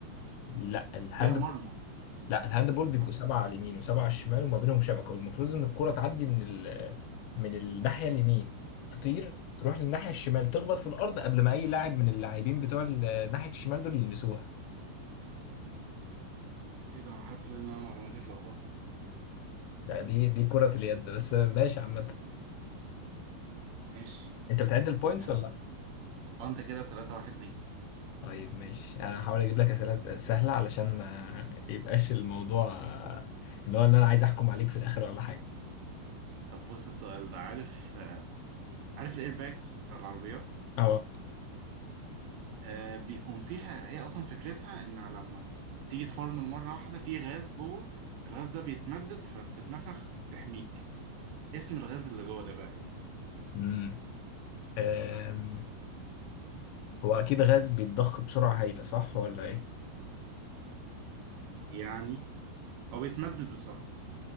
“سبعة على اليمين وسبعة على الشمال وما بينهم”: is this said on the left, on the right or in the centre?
Left